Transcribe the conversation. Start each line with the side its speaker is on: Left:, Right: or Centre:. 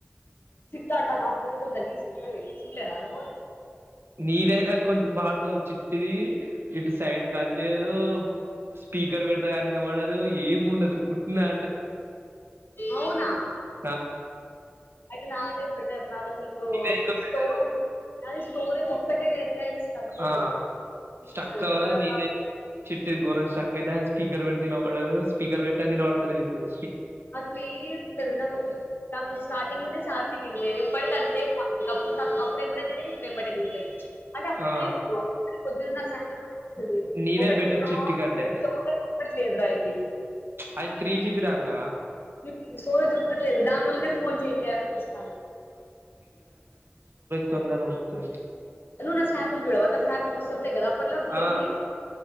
Left: చిట్టంటనా ఫోనింక గలీజు గుంటది సూళ్లేద నువ్వు
Right: నీదయినా కొం వాడతావు చిట్టిది ఇటు సైడ్ కది లేదు స్పీకర్ పెడతా కానీ ఇనబడదు ఏం ఉండదు ఉట్నా
Left: అవునా
Right: ఆ
Left: ఐతే నాదే బెటర్ నాదసలు ఒ
Right: ఇదే ఇంకా బెటరు
Left: స్టోరేజు అది స్టోరేజ్ ఒక్కటే లేదు గానీ స్టక్ అవ్వదు
Right: ఆ
Left: చూపిస్తది
Right: స్టక్ అవ్వదు
Left: కెమెరా
Right: నినే
Left: బాగా
Right: చిట్టిది గోరం స్టక్ అయితే స్పీకర్ వెడితే ఇనవడదు పెటంది ఇనవడుతలేదిపుడు
Left: అసలు ఏద్ లేదు నాకొక నాకు స్టార్టింగ్ నుండి సార్జింగ్ ఇంతే ఎప్పటికంతే అప్పుడు నాకు అప్పుడు ఏం బడ దిగది ఇప్పుడు ఏం బడ దిగది అంటే అప్పుడు
Right: ఆ
Left: <inaudible> పొద్దున్న సండే కూడొకస్తది
Right: నీదే
Left: <inaudible> ఒకటిట్లేదురా
Right: బెటర్ చిట్టి కంటే
Left: ఇది
Right: అది త్రీ జిబి రాంగా
Left: ఊమ్ సోరజు ఎక్కట్లేదు దాని వల్లనే ఫోన్ చేంజ్ చేయాలనిపిస్తాంది
Right: తొందర ఊక్తే
Left: ను నా స్నాపుల్ జూడవ నా స్నాపుల్ కదరా అప్పట్లా పెట్టినయ్
Right: ఆ